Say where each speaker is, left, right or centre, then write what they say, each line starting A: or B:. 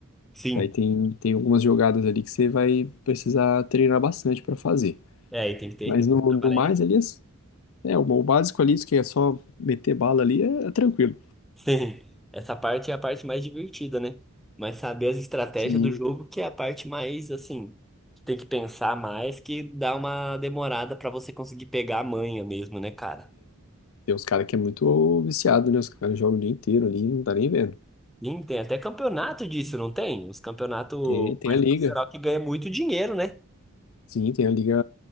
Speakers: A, in the centre; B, on the left (about 65°).
A: Sim.
B: Daí tem, tem algumas jogadas ali que você vai precisar treinar bastante pra fazer.
A: É, aí tem que ter.
B: Mas no,
A: Trabalhar
B: no mais ali, é, é, o, o básico ali, isso que é só meter bala ali, é, é tranquilo.
A: Sim, essa parte é a parte mais divertida, né? Mas saber as estratégias
B: Sim,
A: do jogo que é a parte mais assim, que tem que pensar mais, que dá uma demorada pra você conseguir pegar a manha mesmo, né, cara?
B: Tem uns caras que é muito viciado, né? Os caras jogam o dia inteiro ali, não tá nem vendo.
A: Sim, tem até campeonato disso, não tem? Os campeonatos
B: Tem, tem
A: mais
B: a liga.
A: profissional que ganha muito dinheiro, né?
B: Sim, tem a liga